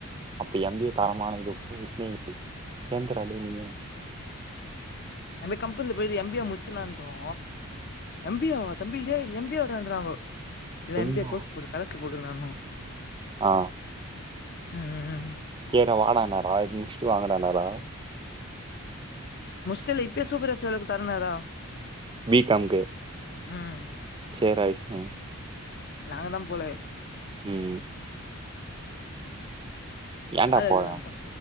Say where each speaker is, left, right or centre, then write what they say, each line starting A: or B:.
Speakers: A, on the right; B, on the left.
A: அப்ப எம் பி ஏ தரமான இதுப்பஷினே எந்திரட நீயு
B: நம்ப கம்பெனில போயர் எம் பி ஏ முடிச்சுனான்றோ எம் பி‌ ஏ ஆ தம்பி எம் பி ஏ டா எழுதானாங்கோ இல்ல
A: என்ன
B: எம் பி ஏ கோர்ஸ் போடு கரெச்ச்ட போட்டு இருக்க நானும்
A: ஆ
B: ம் ம் ம்
A: செரிட வாடனாரா முஷ்டி வங்கடனாரா
B: முஸ்டலே இப்பேயே சூப்பர் செல்லு குத்தரானார
A: வி கம் கு
B: ம்
A: சேரா விஷ்ணு
B: நாங்க தான் போல
A: ம் ஏன்டா
B: அதுதாம்பா
A: போற